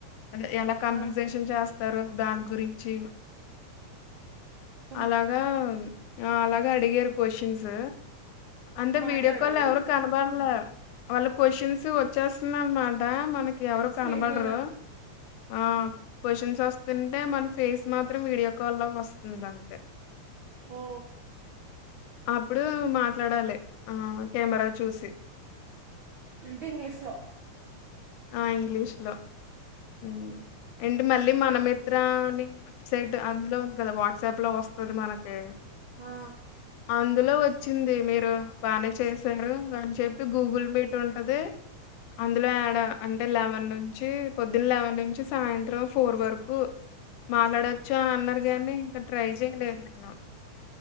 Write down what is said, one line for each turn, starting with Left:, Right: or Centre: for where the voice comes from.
Left: అదే ఎలా కన్వెన్జేషన్
Right: ఆ
Left: చేస్తారు దాని గురించి
Right: ఆ
Left: అలాగా ఆ అలాగ అడిగారు క్వశ్చన్స్ అంటే
Right: మాట్లాడాలా
Left: వీడియో కాల్ ఎవరు కనబడలే వాళ్ళ క్వశ్చన్స్ వచ్చేస్తున్నా అన్ మాట మనకి ఎవరు
Right: స్క్రీన్
Left: కనబడరు
Right: మీద
Left: ఆ క్వషన్స్ వస్తుంటే మన ఫేస్ మాత్ మాత్రం వీడియో కాల్ లొ వస్తుంది అంతె.
Right: ఓ
Left: అప్పుడు మాట్లాడాలి ఆ కెమెరా చూసి
Right: ఏంటి ఇంగ్లీష్ లో
Left: ఆ ఇంగ్లీష్ లో ఉం ఏంటి మళ్ళీ మనమిత్ర అని వెబ్సైట్ అందులో ఉంది కదా వాట్సాప్ లో వస్ వద్దు మనకి
Right: ఆ
Left: అందులో వచ్చింది మీరు బానే చేశారు అని చెప్పి గూగుల్ మీట్ ఉంటది అందులో యాడ్ అంటే లెవెన్ నుంచి పొద్దున లెవెన్ నుంచి సాయంత్రం ఫోర్ వరకు మాట్లాడొచ్చు అని అన్నారు కానీ ఇంక ట్రై చేయలేదు నేను